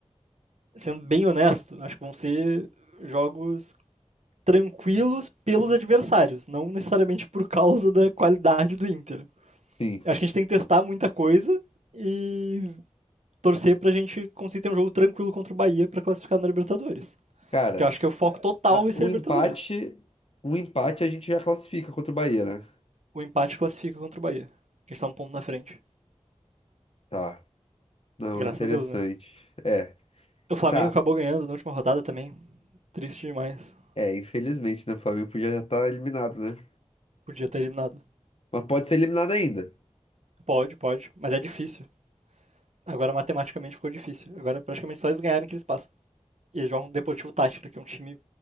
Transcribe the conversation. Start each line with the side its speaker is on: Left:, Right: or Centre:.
Right: sendo bem honesto, acho que vão ser jogos tranquilos pelos adversários, não necessariamente por causa da qualidade do Inter.
Left: Sim.
Right: Acho que a gente tem que testar muita coisa e torcer pra gente conseguir ter um jogo tranquilo contra o Bahia pra classificar na Libertadores.
Left: Cara,
Right: Que eu acho que é o foco total
Left: a-
Right: vai ser
Left: um
Right: Libertadores.
Left: empate. Um empate a gente já classifica contra o Bahia, né?
Right: O empate classifica contra o Bahia, que está um ponto na frente.
Left: Tá. Não,
Right: Graças
Left: interessante.
Right: a Deus, né?
Left: É.
Right: O Flamengo
Left: Tá.
Right: acabou ganhando na última rodada também. Triste demais.
Left: É, infelizmente, né? O Flamengo podia já estar eliminado, né?
Right: Podia ter eliminado.
Left: Mas pode ser eliminado ainda.
Right: Pode, pode, mas é difícil. Agora matematicamente ficou difícil. Agora praticamente só eles ganharem que eles passam. E eles jogam o Deportivo Tátira, que é um time,